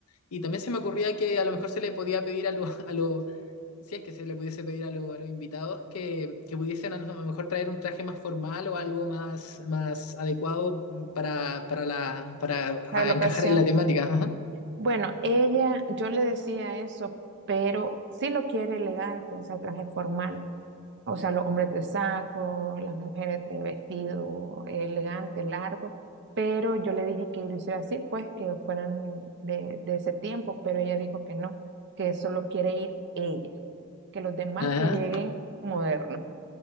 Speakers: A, on the left (about 85°); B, on the right (about 55°).
A: Y también se me ocurría que a lo mejor se le podía pedir a los a los si es que se le pudiese pedir a, lo- a los invitados que, que pudiesen a lo mejor traer un traje más formal o algo más, más adecuado para, para, la, para
B: Para
A: a
B: la
A: encajar
B: ocasión.
A: en la temática. Ajá,
B: Bueno, ella, yo le decía eso, pero sí lo quiere elegante, o sea, traje formal. O sea, los hombres de saco, las mujeres de vestido elegante, largo. Pero yo le dije que lo hiciera así, pues que fueran de, de ese tiempo, pero ella dijo que no, que solo quiere ir ella, que los demás
A: Ajá,
B: que lleguen modernos.